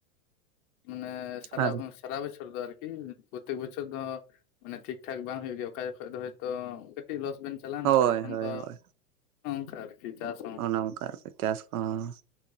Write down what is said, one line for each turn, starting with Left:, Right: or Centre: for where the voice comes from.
Left: ᱢᱟᱱᱮ ᱥᱟᱨᱟ
Right: ᱟᱨ
Left: ᱥᱟᱨᱟ ᱵᱚᱪᱷᱚᱨ ᱫᱚ ᱟᱨᱠᱤ ᱯᱨᱚᱛᱮᱠ ᱵᱚᱪᱷᱚᱨ ᱫᱚ ᱢᱟᱱᱮ ᱴᱷᱤᱠ ᱴᱷᱟᱠ ᱵᱟᱝ ᱦᱩᱭᱩᱜ ᱜᱮᱭᱟ ᱚᱠᱟ ᱡᱚᱠᱷᱚᱡ ᱫᱚ ᱦᱚᱭᱛᱳ ᱠᱟᱹᱴᱤᱡ ᱞᱚᱥ ᱵᱮᱱ ᱪᱟᱞᱟᱣᱱᱟ
Right: ᱦᱳᱭ
Left: ᱚᱠᱟ ᱡᱚᱠᱷᱚᱱ
Right: ᱦᱳᱭ
Left: ᱫᱚ
Right: ᱦᱳᱭ
Left: ᱚᱝᱠᱟ ᱟᱨᱠᱤ ᱪᱟᱥ ᱦᱚᱸ
Right: ᱚᱱᱮ ᱚᱱᱠᱟ ᱟᱨᱠᱤ ᱪᱟᱥ ᱠᱚᱦᱚᱸ